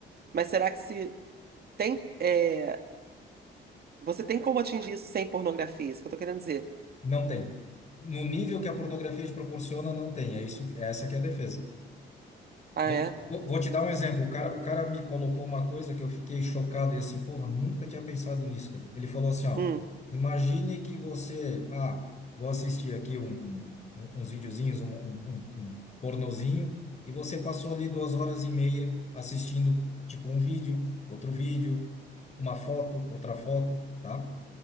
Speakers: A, on the right; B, on the left.
A: Mas será que se tem, é, você tem como atingir isso sem pornografia? Isso que eu tô querendo dizer.
B: Não tem. No nível que a pornografia te proporciona, não tem. É isso, é essa que é a defesa.
A: Ah,
B: Vou,
A: é?
B: vou- vou te dar um exemplo. O cara, o cara me colocou uma coisa que eu fiquei chocado e assim, porra, nunca tinha pensado nisso, cara. Ele falou assim, ó,
A: Hum,
B: imagine que você, ah, vou assistir aqui um, um- um- uns videozinhos, um, um, um- um pornozinho, e você passou ali duas horas e meia assistindo, tipo, um vídeo, outro vídeo, uma foto, outra foto, tá?